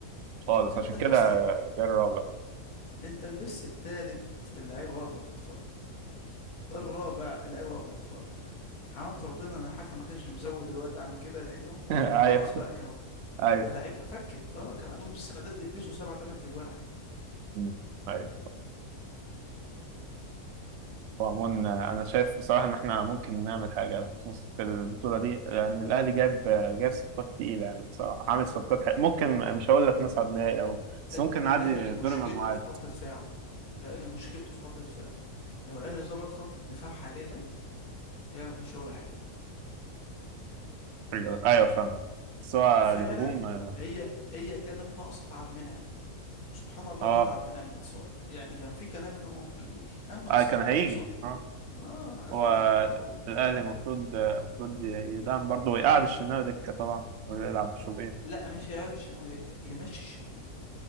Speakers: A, on the right; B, on the left.
A: خالص
B: انت
A: عشان
B: لبست
A: كده جه الرابع
B: انت لبست التالت اللعيبه واقفه بتتفرج الرابع اللعيبه واقفه بتتفرج حمدت ربنا ان الحكم ما كانش مزود الوقت عن كده لانهم
A: <laughs> ايوه
B: خلاص بقى كانوا
A: ايوه
B: اللعيبه فكت اه كان عندهم استعداد يلبسوا سبعة تمن تجوان عادي
A: مم. ايوه وعموما انا شايف بصراحه ان احنا ممكن نعمل حاجه في نص في البطوله دي لان الاهلي جاب جاب صفقات تقيله يعني بصراحه عامل صفقات حق. ممكن مش هقول لك نصعد نهائي او بس
B: ال-
A: ممكن نعدي
B: الاهلي مشكلته
A: دور المجموعات
B: في خط دفاعه الاهلي مشكلته في خط دفاعه لو الاهلي ظبط خط الدفاع حاليا يعمل شغل حلو
A: ايوه ايوه فاهمك بس هو
B: فعلا
A: الهجوم اه
B: هي هي كانت ناقصه عبد المنعم وسبحان الله
A: آه،
B: الواد عبد المنعم متصاب يعني كان في كلام انه ممكن يجي اما اتصاب
A: آه، كان هيجي
B: جاله صليبي
A: اه
B: اه قفلها
A: هو
B: ضبة ومفتاح
A: الاهلي المفروض المفروض يدعم برضه ويقعد الشناوي دكه طبعا ويلعب شوبير
B: لا مش يا الشناوي ده يمشي الشناوي